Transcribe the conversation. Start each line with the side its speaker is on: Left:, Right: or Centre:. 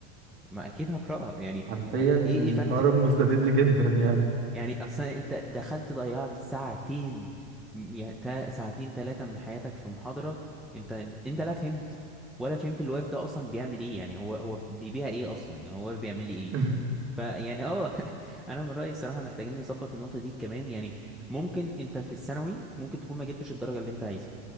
Centre: ما اكيد هقراها يعني
Right: حرفيا
Centre: ايه ايه فاتك
Right: حوار مستفز جدا يعني
Centre: يعني اصلا انت دخلت ضيعت ساعتين م- يعني تا- ساعتين ثلاثة من حياتك في محاضرة انت انت انت لا فهمت ولا فهمت الواقف ده اصلا بيعمل ايه يعني هو هو بيبيع ايه اصلا يعني هو بيعمل لي ايه
Right: <laughs>
Centre: فيعني اه <laughs> انا من رأيي الصراحة محتاجين نظبط النقطة دي كمان يعني ممكن انت في الثانوي ممكن تكون ما جبتش الدرجة اللي انت عايزها